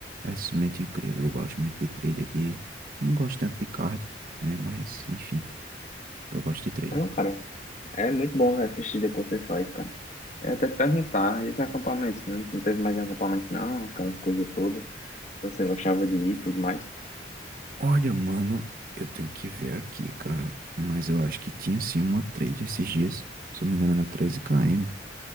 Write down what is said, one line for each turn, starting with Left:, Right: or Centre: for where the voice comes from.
Right: simplesmente incrível. Eu gosto muito de trilha de. Eu não gosto tanto de cardio, né? Mas, enfim, eu gosto de trilha.
Left: Não, cara, é muito bom velho, essa assistir que você faz, cara. É até te perguntar, e os acampamentos, né? Não teve mais acampamento, não, aquelas coisas todas. Você gostava de ir e tudo mais.
Right: Olha, mano, eu tenho que ver aqui, cara. Mas eu acho que tinha sim uma trilha esses dias. Se eu não me engano, era treze km.